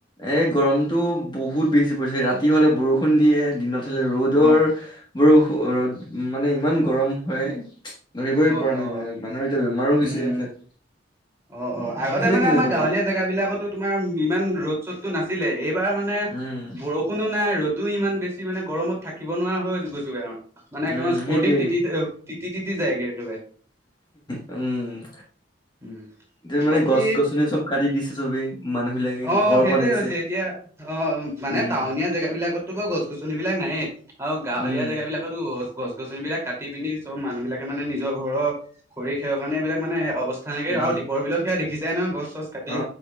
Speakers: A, on the left; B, on the right.
A: এ গৰমটো বহুত বেছি পৰিছে, ৰাতি হ'লে বৰষুণ দিয়ে দিনত দিলে ৰ'দৰ
B: অ।
A: বৰ ৰ'দ মানে ইমান গৰম হয়। ধৰিবই
B: অ
A: পৰা নাই
B: অ
A: মানে, মানুহৰ এতিয়া বেমাৰো
B: উম
A: বেছি এইবিলাক।
B: অ',
A: উম
B: অ', আগতে
A: সেইফালে
B: মানে
A: কেনেকুৱা
B: আমাৰ গাঁৱলীয়া
A: বতৰ
B: জেগা বিলাকতো তোমাৰ ইমান ৰ'দ চ'দটো নাছিলে এই এইবাৰ মানে
A: উম
B: বৰষুণো নাই, ৰ'দো ইমান বেছি মানে গৰমত থাকিব নোৱাৰা হৈ গৈছোগে <unintelligible> মান এক
A: উম
B: <unintelligible> স্পৰ্টিং
A: সেইটোৱে
B: তিতি <unintelligible> তিতি, তিতি যায়গে একেবাৰে।
A: উম।
B: উম।
A: এতিয়া মানে
B: বাকী
A: গছ- গছনি চব কাটি দিছে চবেই, মানুহ বিলাকে
B: অ',
A: ঘৰ
B: সেইটোয়ে
A: বনাইছে।
B: হৈছে এতিয়া অ', মানে
A: উম
B: টাউনীয়া জেগা বিলাকতটো বাও গছ- গছনি বিলাক নায়ে আৰু গাঁৱলীয়া
A: উম
B: জেগা বিলাক বিলাকতো গছ-গছনি বিলাক কাটি পিনি চব মানুহবিলাকে মানে নিজৰ ঘৰৰ খৰি খেৰৰ কাৰণে এইবিলাক মানে অৱস্থা নাইকিয়া
A: উম
B: আৰু দীপৰ বিলত সেয়া দেখিছাই নহয় গছ চছ কাটি
A: অ